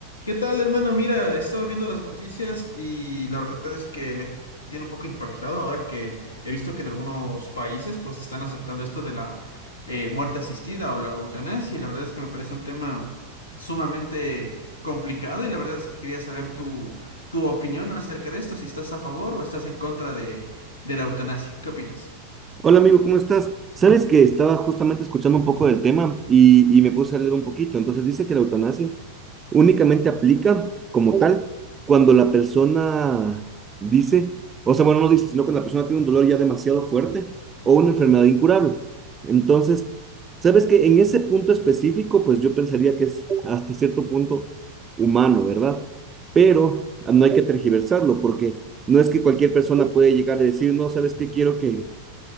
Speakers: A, on the left; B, on the right.
A: ¿Qué tal, hermano? Mira, estaba viendo las noticias y la verdad es que me tiene un poco impactado ahora que he visto que en algunos países pues están aceptando esto de la eh, muerte asistida o la eutanasia y la verdad es que me parece un tema sumamente complicado y la verdad es que quería saber tu, tu opinión acerca de esto, si estás a favor o estás en contra de, de la eutanasia. ¿Qué opinas?
B: Hola amigo, ¿cómo estás? Sabes que estaba justamente escuchando un poco del tema y, y me puse a leer un poquito. Entonces dice que la eutanasia únicamente aplica como tal cuando la persona dice, o sea, bueno, no dice, sino cuando la persona tiene un dolor ya demasiado fuerte o una enfermedad incurable. Entonces, sabes que en ese punto específico, pues yo pensaría que es hasta cierto punto humano, ¿verdad? Pero no hay que tergiversarlo porque no es que cualquier persona puede llegar a decir, no, ¿sabes qué? Quiero que